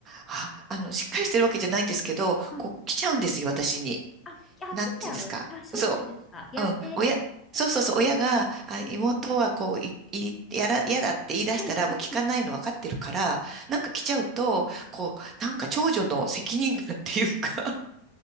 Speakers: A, on the right; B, on the left.
A: あ、あの、しっかりしてるわけじゃないんですけど、
B: はい。
A: こう来ちゃうんですよ、私に。
B: あ、あ、
A: なんていうんですか。
B: 来ちゃうあ、そうなんですか。
A: そ
B: やってって。
A: う。うん。親、そうそうそう、親が、あ、
B: うん。
A: 妹はこう、い、い、やら、やだって言い出したら、
B: <laughs>
A: もう聞かないの分かってるから、なんか来ちゃうと、こう、なんか長女の責任感っていうか、